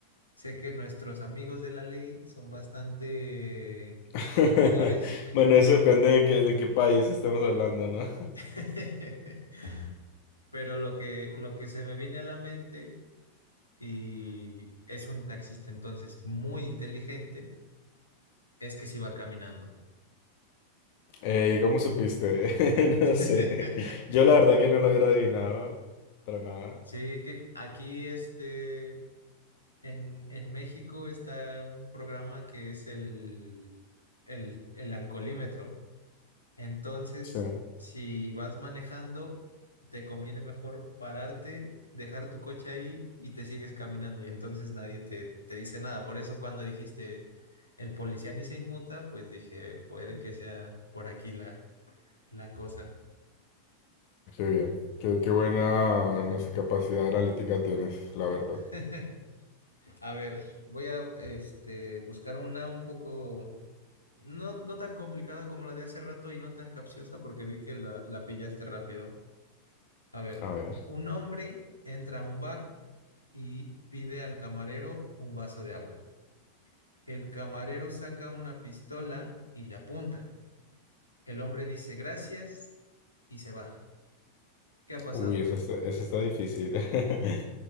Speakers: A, on the left (about 80°); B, on the left (about 45°).
A: sé que nuestros amigos de la ley son bastante
B: <laughs>
A: cumplidores.
B: Bueno, eso depende de en qué, de qué país estemos hablando, ¿no?
A: <laughs> Pero lo que, lo que se me viene a la mente, y es un taxista entonces muy inteligente, es que si va caminando.
B: Eh, ¿cómo supiste? <laughs> No
A: <laughs>
B: sé. Yo la verdad que no lo hubiera adivinado para nada.
A: Sí, que aquí este... En, en México está un programa que es el, el, el alcoholímetro. Entonces,
B: Sí.
A: si vas manejando, te conviene mejor pararte, dejar tu coche ahí y te sigues caminando. Y entonces nadie te, te dice nada. Por eso cuando dijiste el policía ni se inmuta, pues dije, puede que sea por aquí la, la cosa.
B: Qué bien. Qué, qué buena, no sé, capacidad analítica tienes, la verdad.
A: <laughs> A ver, voy a este, buscar una un poco No, no tan complicada como la de hace rato y no tan capciosa porque vi que la, la pillaste rápido. A ver,
B: A ver.
A: un hombre entra a un bar y pide al camarero un vaso de agua. El camarero saca una pistola y le apunta. El hombre dice gracias y se va. ¿Qué ha pasado?
B: Uy, esa está, esa está difícil. <laughs>